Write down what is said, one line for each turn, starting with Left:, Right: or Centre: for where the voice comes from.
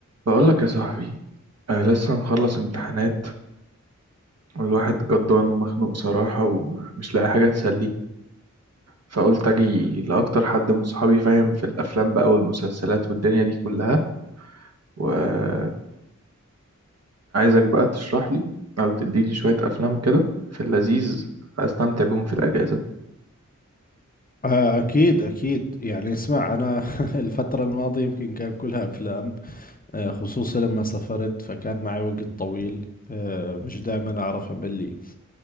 Right: بقول لك يا صاحبي آه لسه مخلص امتحانات والواحد جدان ومخنوق صراحة ومش لاقي حاجة تسليه فقلت أجي لأكتر حد من صحابي فاهم في الأفلام بقى والمسلسلات والدنيا دي كلها وعايزك بقى تشرح لي أو تديني شوية أفلام كده في اللذيذ أستمتع بيهم في الأجازة
Left: آه، أكيد أكيد يعني اسمع أنا <laughs> الفترة الماضية يمكن كان كلها أفلام آه، خصوصا لما سافرت فكان معي وقت طويل آه، مش دائما أعرف أملي